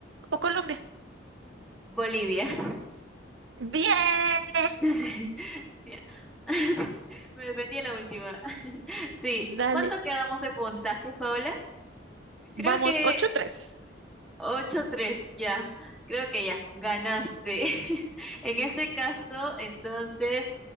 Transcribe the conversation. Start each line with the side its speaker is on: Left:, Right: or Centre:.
Right: o Colombia?
Centre: Bolivia.
Right: Bien.
Centre: Sí, <laughs> ya. <laughs> Me defendí a la última. <laughs> Sí,
Right: Dale,
Centre: ¿cuánto quedamos de puntaje, Paola?
Right: vamos,
Centre: Creo que
Right: ocho tres,
Centre: ocho tres ya. Creo que ya, ganaste. <laughs> En este caso, entonces,